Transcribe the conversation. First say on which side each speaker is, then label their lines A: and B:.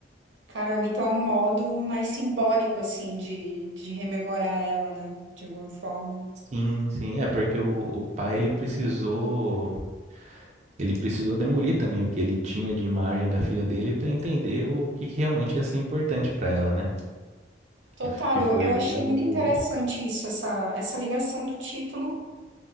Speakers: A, on the right; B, on the right.
A: Caramba, então é um modo mais simbólico, assim, de, de rememorar ela, né? De alguma forma.
B: Sim, sim, é porque o, o pai ele precisou, ele precisou demolir também o que ele tinha de imagem da filha dele para entender o que, que realmente ia ser importante para ela, né?
A: Total,
B: Que, f- que
A: eu,
B: foi
A: eu
B: o
A: achei
B: que o,
A: muito interessante isso, essa, essa ligação do título